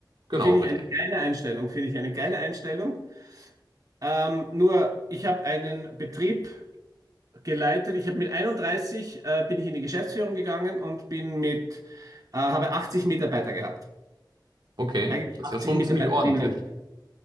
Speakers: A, on the right (about 65°); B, on the right (about 50°).
A: genau,
B: Finde
A: richtig.
B: ich eine geile Einstellung, finde ich eine geile Einstellung. Ähm, nur, ich habe einen Betrieb geleitet. Ich habe mit 31 äh, bin ich in die Geschäftsführung gegangen und bin mit, äh, habe 80 Mitarbeiter gehabt.
A: Okay,
B: Eigentlich
A: das
B: 80
A: ist ja schon
B: Mitarbeiterinnen.
A: ziemlich ordentlich.